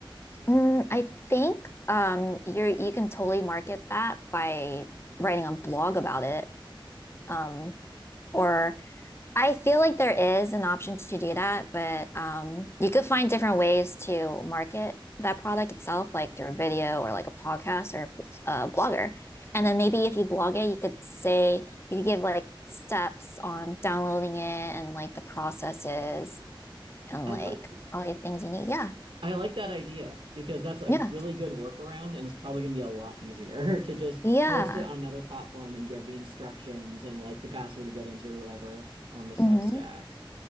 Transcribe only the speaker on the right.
I
like th-
I like that idea because that's a
really good workaround and it's probably going to be a lot easier <laughs> to just
host it on another platform and give the instructions and like the password to get into or whatever on the Substack.